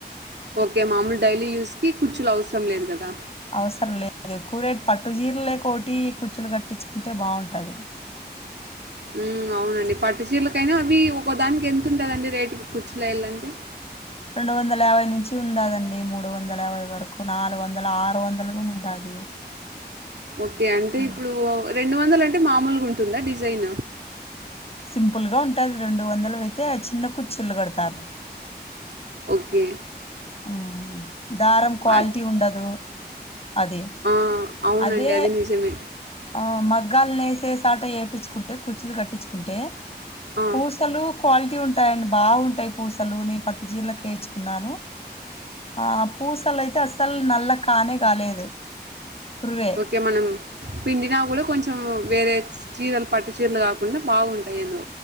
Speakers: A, on the right; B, on the left.
A: ఓకే మామూల్ డైలీ యూస్ కి కుచ్చులు అవసరం లేదు కదా
B: అవసరం లేదు ఎక్కువ రేట్ పట్టు జీర లేకోటి కుచ్చులు కట్టించుకుంటే బాగుంటది
A: ఉమ్ అవునండి పట్టు చీరలకైనా అవి ఒక్కదానికి ఎంతుంటదండి రేటుకి కూచ్చు లేయాలంటే
B: రెండు వందల యాభై నుంచి ఉండాదండి మూడు వందల యాభై వరకు నాలుగు వందల ఆరు వందలు కూడా ఉండాది
A: ఓకే అంటే
B: ఉమ్.
A: ఇప్పుడు రెండు వందలంటే మామూలుగుంటుందా డిజైన్
B: సింపుల్గా ఉంటది రెండు వందలవైతే ఆ చిన్న కుచ్చిల్లు కడతారు
A: ఒకే
B: ఉమ్. దారం క్వాలిటీ
A: అ
B: ఉండదు అది
A: ఆ అవునండి
B: అదే
A: అది నిజమే
B: ఆ మగ్గాలు నేసేసట యేపిచ్చుకుంటే కుచ్చులు కట్టించుకుంటే
A: ఆ
B: పూసలు క్వాలిటీ ఉంటాయండి బాగుంటాయి పూసలు నేను పట్టు చీరలకు ఏచ్చుకున్నాను ఆ పూసలైతే అసల్ నల్ల కానే కాలేదు పురువే
A: కె మనం పిండినా కూడా కొంచెం వేరే చీరలు పట్టు చీరలు కాకుండా బాగుంటయి ఎందో